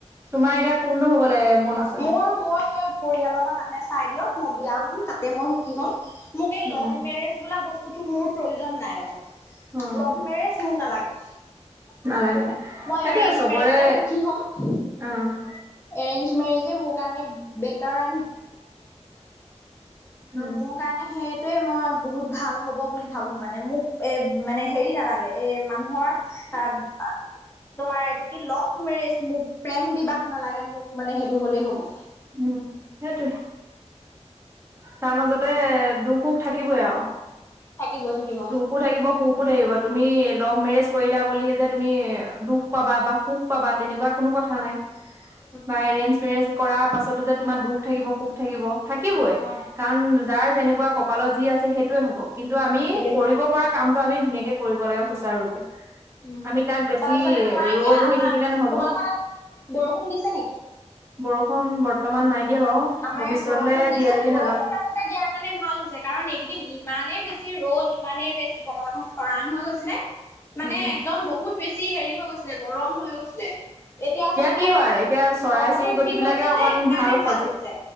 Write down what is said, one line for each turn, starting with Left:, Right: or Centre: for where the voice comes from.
Right: তোমাৰ এতিয়া কোনটো হব লা দৈ গ মন আছে
Left: মোৰ মই সেই পৰিয়ালৰ পৰা মানুহে চাই দিয়ক মই বিয়া হ'ম তাতে মই সুখী হ'ম মোক এই
Right: উম,
Left: লভ মেৰেজ বোলা বস্তুো মোৰ প্ৰয়োজন নাই মানে
Right: অ',
Left: লভ মেৰেজ মোক নালাগে
Right: নালাগে।
Left: মই
Right: সেইটোয়ে
Left: এৰেঞ্জ
Right: চবৰে
Left: মেৰেজতে সুখী হ'ম্
Right: অ',
Left: এৰে ওলাইবে অ
Right: উম,
Left: ম ভ কাৰণে সেইটোৱে মই বহুত ভাল হ'ব বুলি ভাবো মানে মোক এ মানে হেৰি নালাগে এ মানুহৰ অ তোমাৰ এইটো কি লভ মেৰেজ মোক প্ৰেম বিবাহ নালাগে মোক মানে সেইটো হ'লেই হ'ব
Right: উম সেইটো তাৰ মাজতে দুখ সুখ থাকিবই আৰু
Left: থাকিব- থাকিব।
Right: দোষও থাকিব, সুখো থাকিব। তুমি লভ মেৰেজ কৰিলা বুলি যে তুমি দুখ পাবা বা সুখ পাবা তেনেকুৱা কোনো কথা নাই।
Left: <inaudible>
Right: বা এৰেঞ্জ মেৰেজ কৰা পাছতো যে তোমাৰ দুখ থাকিব, সুখ থাকিব, থাকিবই।
Left: উম
Right: কাৰণ, যাৰ যেনেকুৱা কপালত যি আছে, সেইটোৱে হ'ব। কিন্তু আমি
Left: সেইটোৱে।
Right: কৰিব পৰা কামটো আমি ধুনীয়াকে কৰিব লাগে, সুচাৰুৰূপে।
Left: উম
Right: আমি তাক বেছি
Left: তাৰ পিছতে তোমাৰ এতিয়া
Right: ৰৈ বহি
Left: আমাৰ
Right: থাকিলে নহব।
Left: তোমালোকৰ তাত বৰষুণ দিছে নেকি?
Right: বৰষুণ বৰ্তমান নাই দিয়া বাৰু।
Left: আমাৰ
Right: ভৱিষ্যতলে
Left: ইয়াত বৰষুণ দিছে
Right: দিয়ে যদি
Left: বৰষুণ
Right: নাজানো।
Left: দিয়াৰ কাৰণে ভাল হৈছে। কাৰণ এইকেইদিন ইমানেই বেছি ৰ'দ। বহুত ইমানেই বেছি বতৰটো খৰাং হৈ গৈছিলে। মানে
Right: উম
Left: একদম বহুত বেছি হেৰি হৈ গৈছিলে, গৰম হৈ গৈছিলে। এতিয়া আচলতে
Right: কি হয় এতিয়া চৰাই
Left: বতৰটো
Right: চিৰিকটি
Left: ঠিক
Right: বিলাকে
Left: হৈছে
Right: অকন
Left: যে, এইটো কাৰণে
Right: সজি
Left: ভাল হৈছে।